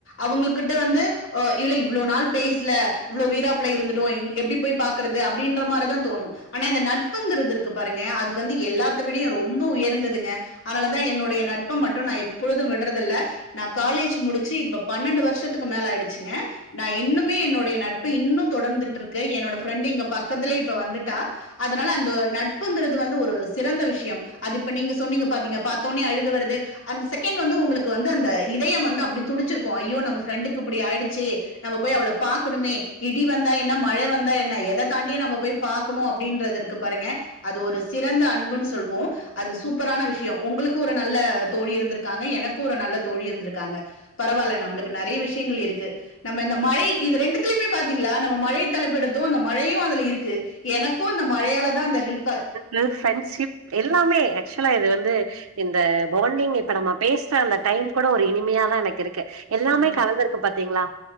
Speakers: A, on the left; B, on the right.
A: அவுங்ககிட்ட வந்து அ இதுல இவ்ளோ நாள் பேசுல இவ்ளோ வீராப்ள இருந்துடோ எப்டி போய் பாக்கறது அப்டின்ற மாரி தா தோணு ஆனா இந்த நட்புங்கறது இருக்கு பாருங்கயா அது வந்து எல்லா விடயு ரொம்ப உயர்ந்ததுங்க அதனால தா என்னுடைய நட்ப மட்டு நா எப்பொழுது விடுறதில்ல நா காலேஜ்ஜி முடிச்சு இப்ப பன்னெண்டு வருஷத்துக்கு மேல ஆயிடுச்சுங்க நா இன்னுமே என்னோடைய நட்பு இன்னு தொடந்துட்டு இருக்கு என்னோட ஃப்ரெண்டு் இங்க பக்கத்துலே இப்ப வந்துட்டா அதனால அந்த நட்புங்கறது வந்து ஒரு சிறந்த விஷ்ய அது இப்ப நீங்க சொன்னீங்க பாத்தீங்க பத்தோனே அழுக வருது அந்த செகண்ட் வந்து உங்ளுக்கு வந்து அந்த இதயம் வந்து அப்டி துடுச்சிருக்கு ஐயோ நம்ம ஃப்ரெண்டுக்கு இப்டி ஆயிடுச்சே நம்ம போய் அவள பாக்கணுமே இடி வந்தா என்ன மழ வந்தா என்ன எத தாண்டியு நம்ம போய் பாக்கணு அப்டின்றதிருக்கு பாருங்க அது ஒரு சிறந்த அன்புன் சொல்லுவோ அது சூப்பரான விஷ்யோ உங்களுக்கு ஒரு நல்ல தோழி இருந்திருக்காங்க எனக்கு ஒரு நல்ல தோழி இருந்திருக்காங்க பரவாயில்ல நம்மளுக்கு நெறைய விஷயங்கள் இருக்கு நம்ம இந்த மழை இது ரெண்டுத்திலயுமே பாத்தீங்களா நம்ம மழை தலைப்பு எடுத்து அந்த மழையு அதுல இருக்கு எனக்கு அந்த மழையால தா அந்த ஹெல்ப்ப
B: இல் ஃப்ரெண்டஷிப் எல்லாமே ஆக்சுவலா இது வந்து இந்த பாண்டிங் இப்ப நம்ம பேசுற அந்த டைம் கூட ஒரு இனிமையாதா எனக்கு இருக்கு எல்லாமே
A: உண்ம
B: கலந்துருக்கு பாத்தீங்ளா